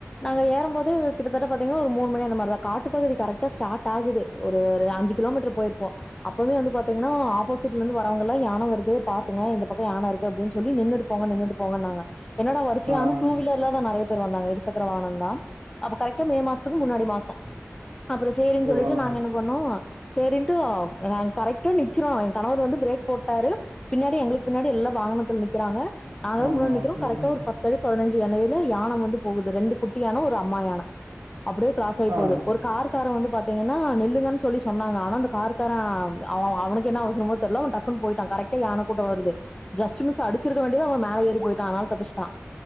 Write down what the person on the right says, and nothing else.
ஆ
ஆ
ஓ ஆ
ஆமாம்
ம்
ம்
ஆ